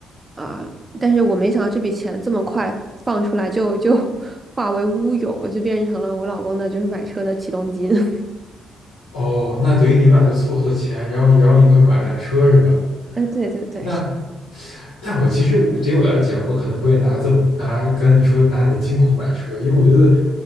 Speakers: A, on the right; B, on the left.
A: 啊、但是我没想到这笔钱这么快放出来就就 <laughs> 化为乌有，就变成了我老公的就是买车的启动金。<laughs>
B: 哦，那等于你们俩就凑凑钱，然后然后一块买辆车是吧？
A: 哎，对对对，
B: 那，
A: 是
B: 但我其实我对于我来讲，我可能不会拿这么拿刚才你说拿你的金库买车，因为我觉得